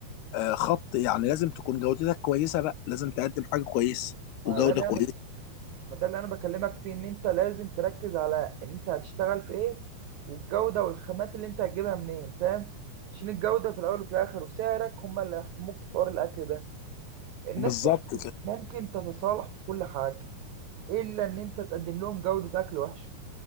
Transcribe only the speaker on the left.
آه، خط يعني لازم تكون جودتك كويسه بقى لازم تقدم حاجه كويسه وجوده
كويسه
بالظبط
كده